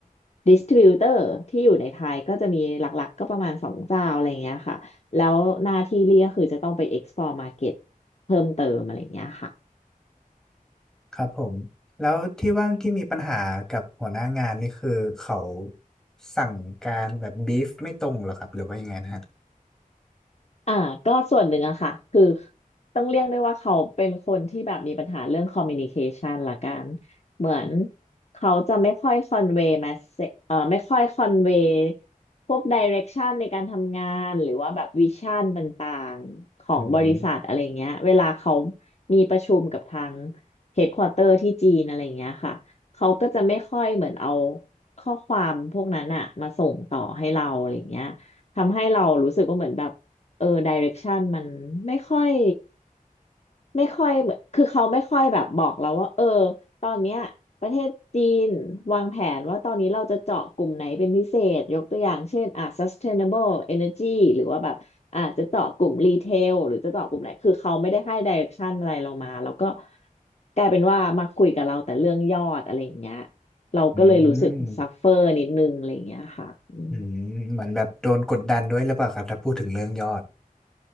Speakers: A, on the left (about 50°); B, in the centre.
A: distributor ที่อยู่ในไทยก็จะมีหลักๆ ก็ประมาณสองเจ้าอะไรอย่างเงี้ยค่ะ แล้วหน้าที่เรียกคือจะต้องไป export market เพิ่มเติมอะไรอย่างเงี้ยค่ะ
B: ครับผมแล้วที่ว่าที่มีปัญหากับหัวหน้างานนี่คือเขาสั่งการแบบบีฟไม่ตรงเหรอครับหรือว่ายังไงนะฮะ
A: อ่าก็ส่วนหนึ่งอะค่ะคือต้องเรียกได้ว่าเขาเป็นคนที่แบบมีปัญหาเรื่องคอมมิวนิเคชันละกันเหมือนเขาจะไม่ค่อยคอนเวย์มาเซเอ่อไม่ค่อยคอนเวย์พวกดิเรกชันในการทำงานหรือว่าแบบวิชั่นต่างๆของบริษัทอะไรเงี้ยเวลาเขา
B: อืม
A: มีประชุมกับทางเฮดควอเตอร์ที่จีนอะไรเงี้ยค่ะเขาก็จะไม่ค่อยเหมือนเอาข้อความพวกนั้นอะมาส่งต่อให้เราอะไรเงี้ยทำให้เรารู้สึกว่าเหมือนแบบ เออดิเรกชันมันไม่ค่อยไม่ค่อยเหมือนคือเขาไม่ค่อยแบบบอกเราว่าเออตอนเนี้ยประเทศจีนวางแผนว่าตอนนี้เราจะเจาะกลุ่มไหนเป็นพิเศษยกตัวอย่างเช่นอ่ะ sustainable energy หรือว่าแบบอ่ะจะเจาะกลุ่มรีเทลหรือจะเจาะกลุ่มไหนคือเขาไม่ได้ให้ดิเรกชันอะไรเรามาแล้วก็กลายเป็นว่ามาคุยกับเราแต่เรื่องยอดอะไรอย่างเงี้ยเราก็เลยรู้สึกซัฟเฟอร์นิดนึงอะไรอย่างเงี้ยค่ะอืม
B: อืมอืมเหมือนแบบโดนกดดันด้วยหรือเปล่าครับถ้าพูดถึงเรื่องยอด